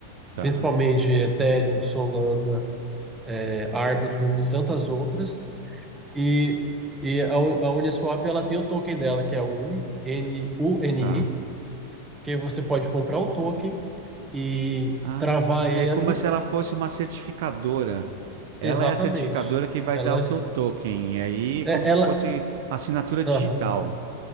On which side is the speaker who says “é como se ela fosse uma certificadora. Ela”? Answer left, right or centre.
Right